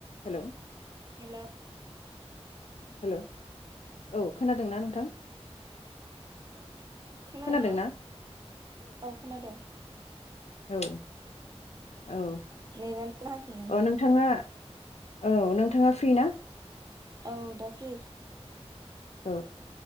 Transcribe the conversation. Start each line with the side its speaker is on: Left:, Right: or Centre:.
Left: Hello.
Right: Hello
Left: hello औ खोनादोंना नोंथां?
Right: खोनादों
Left: खोनादोंना
Right: ना औ खोनादों
Left: औ औ
Right: नेदानो नाङाखैमोन।
Left: अ नोंथाङा औ नोंथाङा फ्रि ना?
Right: औ दा फ्रि
Left: औ